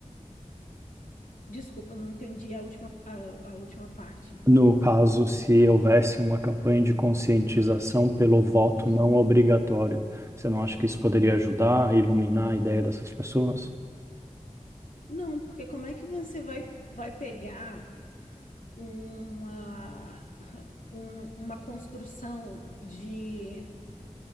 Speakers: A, on the left; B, on the right.
A: Desculpa, eu não entendi a última, a a última parte.
B: No caso, se houvesse uma campanha de conscientização pelo voto
A: Aham.
B: não obrigatório, você não acha que isso poderia ajudar a iluminar a ideia dessas pessoas?
A: Não, porque como é que você vai, vai pegar uma, um- uma construção de